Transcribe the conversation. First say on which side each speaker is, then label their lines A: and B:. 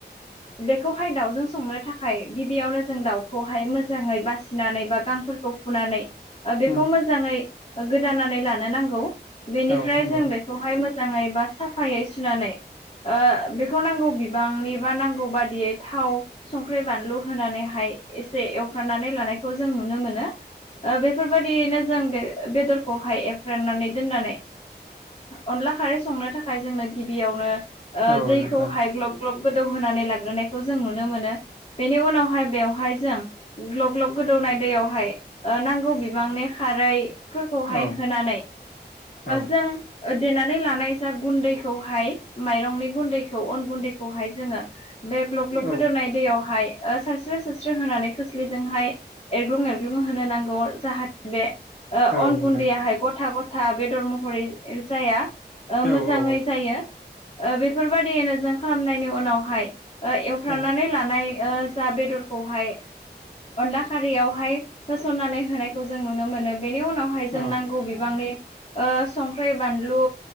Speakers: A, on the left; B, on the left.
A: बेखौहाय दाउजों संनो थाखाय गिबियावनो जों दाउखौहाय मोजाङै बासिनानै बा गांफोरखौ फुनानै बेखौ
B: उम
A: मोजाङै गोदानानै लानो नांगौ बेनिफ्राय
B: औ नंगौ
A: जों बेखौहाय मोजां मोजाङै बा साफायै सुनानै बेखौ नांगौ बिबांनि बा नांगौ बादियै थाव, संख्रि, बानलु होनानैहाय एसे एवखारनानै लानायखौ जों नुनो मोनो। बेफोरबाददियैनो जों बे बेदरखौहाय एफ्राननानै दोननानै अनला खारै संनो थाखाय जोंनो गिबियावनो
B: औ
A: दैखौहाय
B: नोंथां
A: ग्लब ग्लब गोदौ होनानै लाग्रोनायखौ जों नुनो मोनो बेनि उनावहाय बेवहाय जों ग्लक ल्लग गोदौनाय दैयावहाय नांगौ बिबांनि खारैफोरखौहाय
B: औ
A: होनानै
B: औ
A: जों देनानै लानाय जा गुन्दैखौहाय माइरंनि गुन्दैखौ अन गुन्दैखौहाय जोङो बे ग्लब- ग्लब
B: औ
A: गोदोनाय दैयावहाय सारस्रो- सारस्रो होनानै खोस्लिजोंहाय एरग्लुं -एरग्लुं होनो नांगौ। जाहाथे बे
B: औ
A: अन
B: नोंथां
A: गुन्दैयाहाय गथा- गथा बेदर महरै जाया।
B: औ
A: मोजाङै
B: औ
A: जायो बेफोरबायदियैनो जों खालामनायनि उनावहाय एवफ्रानानै
B: औ
A: लानाय जा बेदरखौहाय अनला खारियावहाय होसननानै होनायखौ जों नुनो मोनो। बेनि उनावहाय
B: औ
A: जों नांगौ बिबांनि संख्रि, बानलु